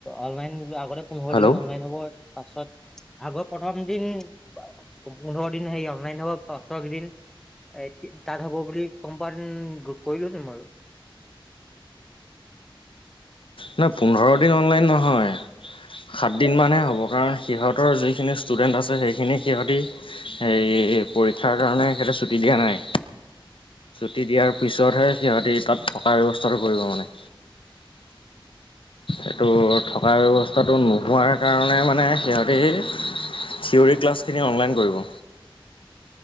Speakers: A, in the centre; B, on the left.
A: অনলাইন আগতে পোন্ধৰ
B: হেল্ল'
A: দিন অনলাইন হ'ব পাছত আগৰ প্ৰথম দিন পোন্ধৰ দিন হে অনলাইন হব পচক দিন এ তাত হব বুলি কম্প কৰিলো ন বই
B: নহয় পোন্ধৰ দিন অনলাইন নহয় সাতদিনমানহে হ'ব কাৰণ সিহঁতৰ যিখিনি ষ্টুডেণ্ট আছে সেইখিনি সিহঁতি সে পৰীক্ষাৰ কাৰণে সিহঁতে ছুটি দিয়া নাই তি দিয়াৰ পিছতহে সিহঁতি তাত থকাৰ ব্যৱস্থাটো কৰিব মানে এইটো থকা ব্যৱস্থাটো নোহোৱাৰ কাৰণে মানে সিহঁতে থিয়িয়ৰী ক্লাছখিনি অনলাইন কৰিব।